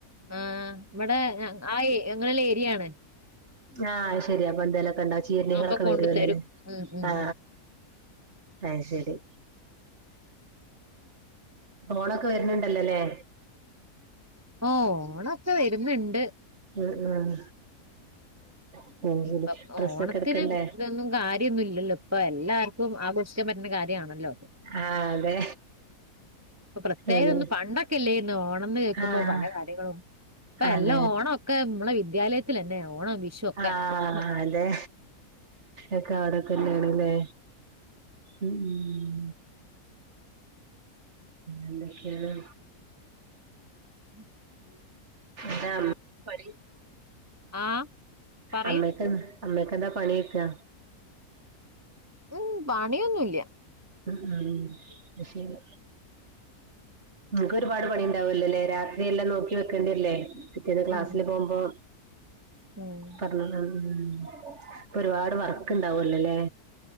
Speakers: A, on the right; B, on the right.
A: ആ ഇവടെ ആ ഏ അങ്ങനെ ഉള്ള ഏരിയാണ്
B: ആ ശരിയാപ്പൊ എന്തേലൊക്കെ ഉണ്ടാവും
A: അപ്പൊ
B: <unintelligible>
A: കൊണ്ടു
B: വരുവല്ലേ
A: തരും ഉം ഉം
B: ആ അത് ശരി ഓണൊക്കെ വരുന്നുണ്ടല്ലോല്ലേ
A: ഓ ഓണൊക്കെ വരുന്നുണ്ട്
B: ഉം ഉം
A: ഇപ്പം
B: ശരി ഡ്രസ്സൊക്കെ
A: ഓണത്തിന്
B: എടുക്കണ്ടേ
A: ഇതൊന്നും കാര്യ ന്നും ഇല്ലല്ലോ ഇപ്പൊ എല്ലാർക്കും ആഘോഷിക്കാൻ പറ്റുന്ന കാര്യാണല്ലോ
B: ആഹ് അതെ
A: ഇപ്പൊ പ്രത്യേകത
B: അതെ
A: ഒന്ന് പണ്ടൊക്കെ അല്ലേര്ന്നൊ ഓണംന്ന് കേൾക്കുമ്പോ
B: ആഹ്
A: പല കാര്യങ്ങളും ഇപ്പൊ
B: അതെ
A: എല്ലാം ഓണം ക്കെ നമ്മളെ വിദ്യാലയത്തിലല്ലേ ഓണം വിഷു ഒക്കെ
B: ആ
A: ഉം.
B: ല്ലേ ഒക്കെ അവിടെ തന്നേണ്ല്ലേ ഉം ഉം എന്തൊക്കെയാ
A: <inaudible>
B: <inaudible> പണി
A: ആ പറയൂ
B: അമ്മക്കെന്താ അമ്മക്ക് എന്താ പണി ചോദിക്കാ
A: ഉം പണിയൊന്നും ഇല്ല
B: ഉം ഉം അത് ശരി നിനക്ക് ഒരുപാട് പണി ഉണ്ടാവുല്ലല്ലേ രാത്രി എല്ലാം നോക്കി വെക്കേണ്ടല്ലേ പിറ്റേന്ന് ക്ലാസ്സില്
A: ഉം
B: പോകുമ്പോ
A: ഉം
B: പറഞ്ഞതാണ് ളം ഇപ്പൊ ഒരുപാട് വർക്ക് ഉണ്ടാവുല്ലൊലേ